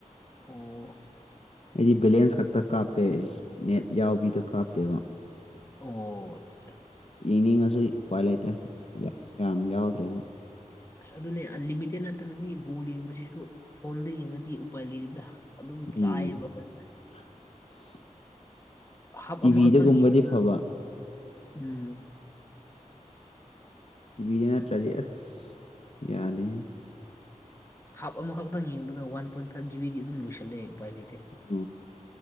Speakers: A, on the left (about 20°); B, on the left (about 50°).
A: ꯑꯣ
B: ꯑꯩꯗꯤ ꯕꯦꯂꯦꯟꯁ ꯈꯛꯇ ꯀꯥꯞꯄꯦ ꯅꯦꯠ ꯌꯥꯎꯕꯤꯗꯣ ꯀꯥꯞꯇꯦꯕ
A: ꯑꯣ ꯑꯠꯆꯥ ꯆꯥ
B: ꯌꯦꯡꯅꯤꯡꯉꯁꯨ ꯎꯄꯥꯏ ꯂꯩꯇ꯭ꯔꯦ ꯌꯥꯝ ꯌꯥꯎꯗ꯭ꯔꯦ
A: ꯑꯁ ꯑꯗꯨꯅꯦ ꯑꯟ ꯂꯤꯃꯤꯇꯦꯠ ꯅꯠꯇ꯭ꯔꯗꯤ ꯕꯣꯜ ꯌꯦꯡꯕꯁꯤꯁꯨ ꯐꯣꯟꯗ ꯌꯦꯡꯉꯗꯤ ꯎꯄꯥꯏ ꯂꯩꯗꯦꯗ ꯑꯗꯨꯝ
B: ꯎꯝ
A: ꯆꯥꯏꯌꯦꯕ ꯐꯖꯅ
B: <unintelligible>
A: ꯍꯥꯞ
B: ꯇꯤꯚꯤꯗꯒꯨꯝꯕꯗꯤ
A: ꯑꯃꯈꯛꯇꯪ ꯌꯦꯡꯕꯗ
B: ꯐꯕ
A: ꯎꯝ
B: ꯇꯤꯚꯤꯗ ꯅꯠꯇ꯭ꯔꯗꯤ ꯑꯁ ꯌꯥꯗꯦ
A: ꯍꯥꯞ ꯑꯃꯈꯛꯇꯪ ꯌꯦꯡꯕꯗ ꯋꯥꯟ ꯄꯣꯏꯟ ꯐꯥꯏꯚ ꯖꯤꯕꯤꯒꯤ ꯑꯗꯨꯝ ꯂꯣꯏꯁꯜꯂꯦ ꯎꯄꯥꯏ ꯂꯩꯇꯦ
B: ꯎꯝ